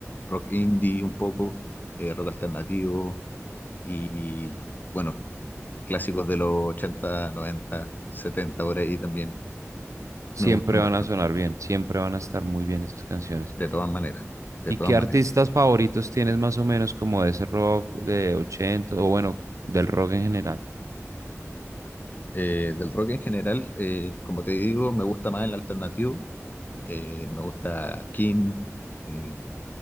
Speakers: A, on the left; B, on the right.
A: rock indie un poco, eh, rock alternativo y, bueno, clásicos de los 80, 90, 70, por ahí también.
B: Siempre
A: Me gustan
B: van
A: bastante,
B: a sonar bien, siempre van a estar muy bien esas canciones.
A: de todas maneras, de
B: ¿Y
A: todas
B: qué artistas
A: maneras.
B: favoritos tienes más o menos como de ese rock de 80 o bueno, del rock en general?
A: eh, del rock en general, eh, como te digo, me gusta más el alternativo. eh, me gusta King, eh,